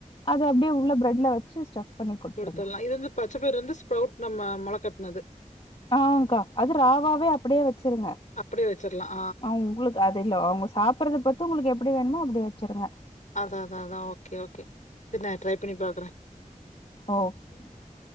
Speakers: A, on the left (about 45°); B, on the left (about 65°).
A: அது அப்டியே உள்ள பிரட்ல வச்சு சு ஸ்டஃப் பண்ணி குடுத்துருங்க
B: குடுத்துட்லா இது வந்து பச்ச பயறு வந்து ஸ்புரவுட் நம்ம மொளகட் அது
A: ஆ கா அது ராவாவே அப்டியே வச்சிருங்க
B: அப்படியே வச்சிரலாம்.
A: ஆ உங்ளுக்கு அது இல்ல அவங்க சாப்பறத பத்து உங்ளுக்கு எப்டி வேணுமோ அப்டி வே வச்சுருங்க
B: அதா அதா அதா ஓகே ஓகே சரி நா ட்ரை பண்ணி பாக்குறே
A: ஓ ஓகே ஓகே